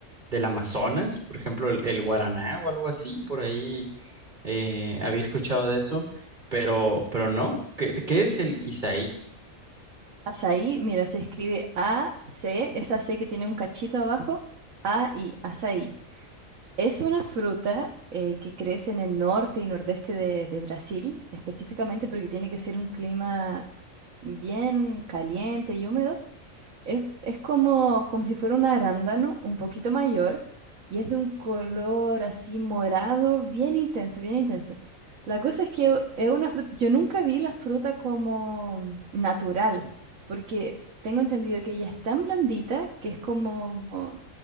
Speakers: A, on the right; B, on the right.
A: del Amazonas, por ejemplo, el, el guaraná o algo así, por ahí eh, había escuchado de eso, pero, pero no. ¿Qué, qué es el isaí?
B: Azaí, mira, se escribe A-C, esa C que tiene un cachito abajo, A-I, azaí. Es una fruta eh, que crece en el norte y nordeste de, de Brasil, específicamente porque tiene que ser un clima bien caliente y húmedo es, es como, como si fuera un arándano un poquito mayor y es de un color así morado, bien intenso, bien intenso. La cosa es que es una fruta, yo nunca vi la fruta como natural, porque tengo entendido que ella es tan blandita que es como,